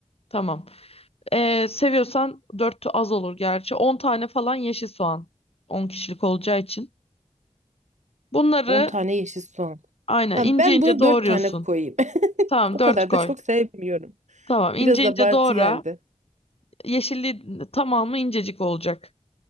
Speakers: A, on the left (about 55°); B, on the right (about 75°).
A: Tamam. Ee, seviyorsan dört az olur gerçi. 10 tane falan yeşil soğan. 10 kişilik olacağı için. Bunları
B: On tane yeşil soğan.
A: aynen
B: Tamam
A: ince
B: ben
A: ince
B: bunu
A: doğruyorsun.
B: 4 tane koyayım.
A: Tamam
B: O
A: dört
B: kadar
A: koy.
B: da çok sevmiyorum.
A: Tamam ince
B: Biraz abartı
A: ince doğra.
B: geldi.
A: Yeşilliği tamamı incecik olacak.